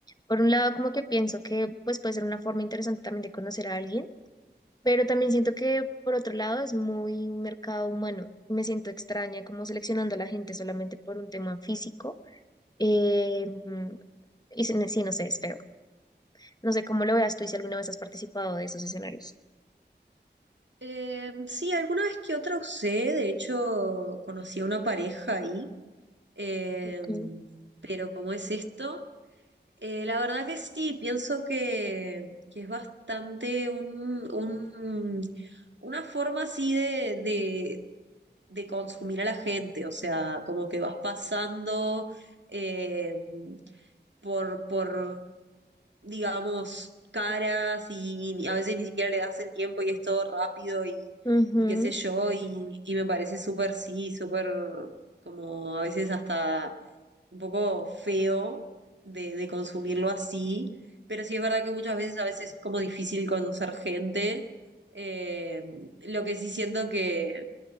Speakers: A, on the left; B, on the right.
A: Por un lado, como que pienso que pues puede ser una forma interesante también de conocer a alguien pero también siento que, por otro lado, es muy un mercado humano. Me siento extraña como seleccionando a la gente solamente por un tema físico. Eh, mm, y se- sí, no sé, es feo. No sé cómo lo veas tú y si alguna vez has participado de esos escenarios.
B: Eh, sí, alguna vez que otra usé, de hecho conocí a una pareja ahí, eh,
A: Okay.
B: pero ¿cómo es esto? Eh, la verdad que sí, pienso que, que es bastante un, un- una forma así de, de, de consumir a la gente, o sea, como que vas pasando eh, por, por digamos, caras y ni- a veces ni siquiera le das el tiempo y es todo rápido y,
A: Ujú,
B: y qué sé yo, y, y me parece súper, sí, súper como a veces hasta un poco feo de, de consumirlo así, pero sí es verdad que muchas veces a veces es como difícil conocer gente, eh, lo que sí siento que,